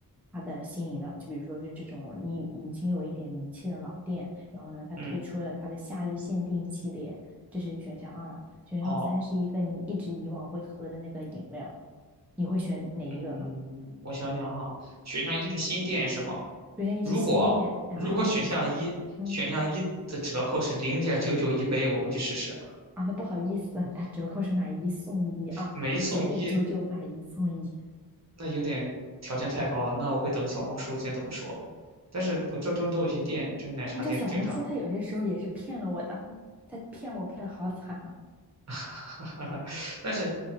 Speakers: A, in the centre; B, on the right.
A: 它的新饮料，就比如说是这种你已经有一点名气的老店，然后呢，它推出了它的夏日限定系列，
B: 嗯，
A: 这是选项二啊。选项三是一个你一直以往会喝的那个饮料，
B: 哦，
A: 你会选哪一个？
B: 嗯，我想想哈，选项一是新店是吗？
A: 刘天一是新店，
B: 如果如果选项一选项一的折扣是零点九九一杯，
A: 然后他买一，嗯
B: 我会去试试。
A: 啊，那不好意思，他折扣是买一送一啊，
B: 买一送一，
A: 九点九九买一送一。
B: 那有点条件太高了，那我会等小红书先怎么说。但是我这道多伦多有些店，就是奶茶店，
A: 你知道小红书他有些时候也是骗了我的，
B: 经常
A: 他骗我骗的好惨啊，
B: <laughs> 但是，